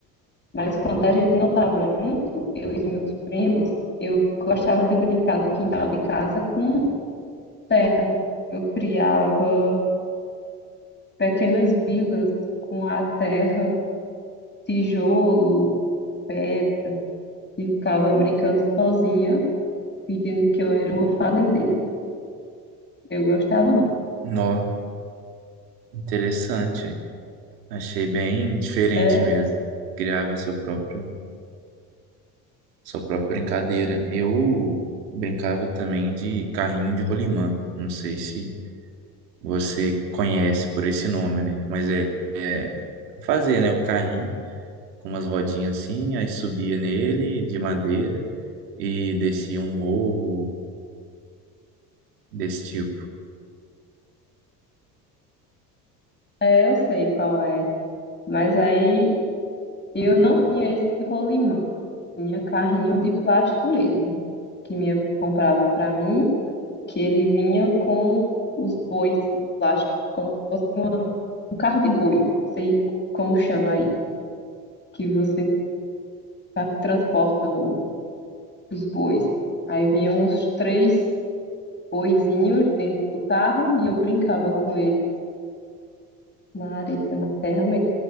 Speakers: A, on the left (about 20°); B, on the right (about 75°).
A: mas quando a gente não estava junto, eu e os meus primos, eu gostava de brincar no quintal de casa com terra. Eu criava pequenas vilas com a terra, tijolo, pé e ficava brincando sozinha, fingindo que eu era uma fazendeira. Eu gostava muito.
B: Nó, interessante, Achei bem diferente
A: É,
B: mesmo. Criava seu próprio, sua própria brincadeira. Eu brincava também de carrinho de rolimã. Não sei se você conhece por esse nome, né? Mas é, é fazer, né? O carrinho com umas rodinhas assim, aí subia nele de madeira e descia um morro desse tipo.
A: é, eu sei qual é. Mas aí eu não tinha esse rolimã, tinha carrinho de plástico mesmo, que minha mãe comprava para mim, que ele vinha com os bois de plástico, como se fosse uma, um carro de boi, não sei como chama aí, que você tá, transporta o- os bois. Aí vinham os três boizinhos dentro do carro e eu brincava com eles na areia, na terra mesmo.